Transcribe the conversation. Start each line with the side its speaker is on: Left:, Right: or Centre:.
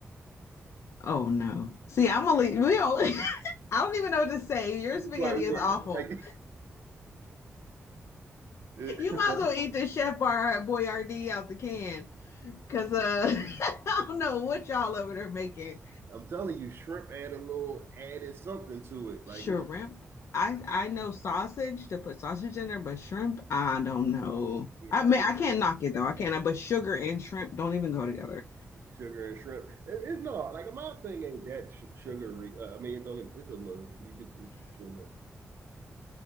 Left: Oh no. See, I'm gonna leave. We don't, <laughs> I don't even know what to say. Your
Right: You
Left: spaghetti
Right: yeah,
Left: is awful.
Right: like-
Left: You
Right: <laughs>
Left: might as well eat the Chef Bar Boyardee out the can because uh, <laughs> I don't know what y'all over there making.
Right: I'm telling you, shrimp add a little added something to it. Like,
Left: Shrimp. I I know sausage to put sausage in there, but shrimp, I don't know.
Right: yeah,
Left: I
Right: I
Left: mean, I can't knock it though. I can't. But sugar and shrimp don't even go together.
Right: sugar and shrimp. It, it, no, like my thing ain't that sh- sugary. Uh, I mean, don't get, it's a little. You could. it's-